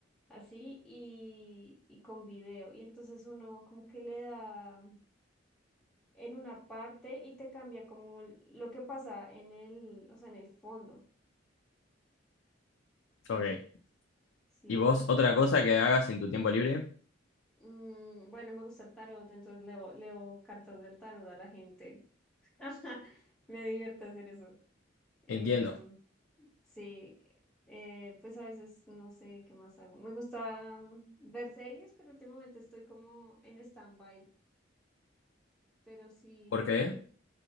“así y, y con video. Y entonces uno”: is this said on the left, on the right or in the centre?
Centre